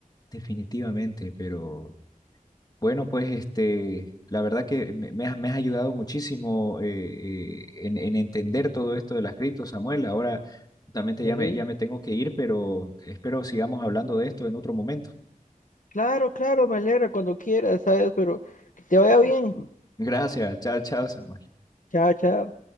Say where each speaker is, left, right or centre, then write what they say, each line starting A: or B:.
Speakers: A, on the left; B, on the left.
A: definitivamente, pero Bueno, pues este, la verdad que me, me has, me has ayudado muchísimo eh, eh, en, en entender todo esto de las criptos, Samuel. Ahora justamente
B: Me
A: ya
B: alegra.
A: me, ya me tengo que ir, pero espero sigamos hablando de esto en otro momento.
B: Claro, claro, me alegra cuando quieras, ¿sabes? Pero que te vaya bien.
A: <laughs> Gracias. Chao, chao, Samuel.
B: Chao, chao.